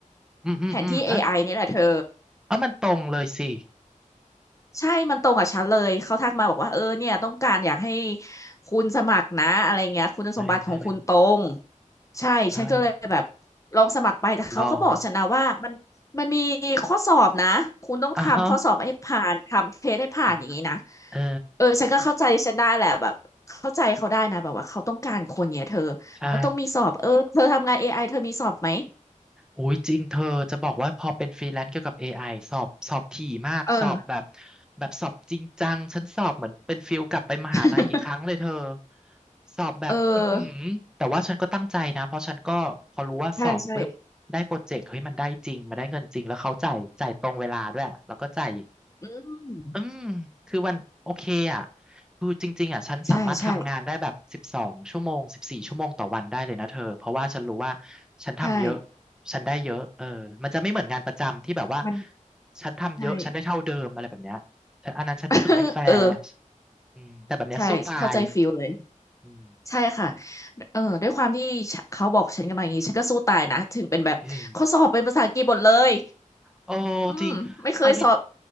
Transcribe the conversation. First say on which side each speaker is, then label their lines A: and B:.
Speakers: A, in the centre; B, on the left.
A: อืมอืมอืมอ่ะ
B: แผนที่ AI นี่แหละเธอ
A: เออมันตรงเลยสิ
B: ใช่มันตรงกับฉันเลย เขาทักมาบอกว่าเออเนี่ยต้องการอยากให้คุณสมัครนะอะไรเงี้ยคุณสมบัติของคุณตรง
A: เออเออ
B: ใช่ฉันก็เลยแบบ
A: เออ
B: ลองสมัครไปแต่เขาก็บอกฉันนะว่ามันมันมีข้อสอบนะคุณต้องทำข้อสอบให้ผ่านทำเทสให้ผ่านอย่างนี้นะ
A: ลองอ่ะฮะอ่ะเออ
B: เออฉันก็เข้าใจฉันได้แหละแบบเข้าใจเขาได้นะแบบว่าเขาต้องการคนเนี่ยเธอ
A: ใช่
B: มันต้องมีสอบเออเธอทำงาน AI เธอมีสอบไหม
A: อุ้ยจริงเธอจะบอกว่าพอเป็นฟรีแลนซ์เกี่ยวกับ AI สอบสอบถี่มากสอบแบบ
B: เออ
A: แบบสอบจริงจังฉันสอบเหมือนเป็นฟิลกลับไปมหาลัยอีกครั้งเลยเธอ
B: <laughs>
A: สอบแบบอือหือแต่ว่าฉันก็ตั้งใจนะเพราะฉันก็พอรู้ว่าสอบปุ๊บได้โปรเจกต์เฮ้ยมันได้จริงมันได้เงินจริงแล้วเขาจ่ายจ่ายตรงเวลาด้วยแล้วก็จ่าย
B: เออใช่ใช่อืม
A: อืม คือวันโอเคอ่ะคือจริงๆอ่ะฉันสามารถทำงานได้แบบสิบสองชั่วโมงสิบสี่ชั่วโมงต่อวันได้เลยนะเธอเพราะว่าฉันรู้ว่า
B: ใช่ใช่
A: ฉันทำเยอะ
B: ใช่
A: ฉันได้เยอะเออมันจะไม่เหมือนงานประจำที่แบบว่า
B: มัน
A: ฉันทำเยอะฉันได้เท่าเดิมอะไรแบบเนี้ยแต่อันนั้นฉันรู้สึกไม่แฟร์
B: ใช่ <laughs> เออ
A: อืมแต่แบบเนี้ยสู้ตาย
B: ใช่เข้าใจฟิลเลย
A: อืม
B: ใช่ค่ะเออด้วยความที่ฉะเขาบอกฉันกันมาอย่างนี้ฉันก็สู้ตายนะถึงเป็นแบบข้อสอบเป็นภาษาอังกฤษหมดเลย
A: เออ โอ้
B: อืมไม่เคยสอบ
A: จริงเอาดิ